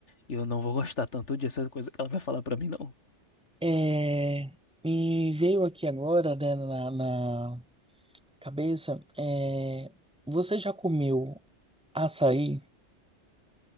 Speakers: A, on the left (about 75°); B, in the centre.
A: E eu não vou gostar tanto dessa coisa que ela vai falar pra mim, não.
B: É, me veio aqui agora, né, na, na cabeça, é, você já comeu açaí?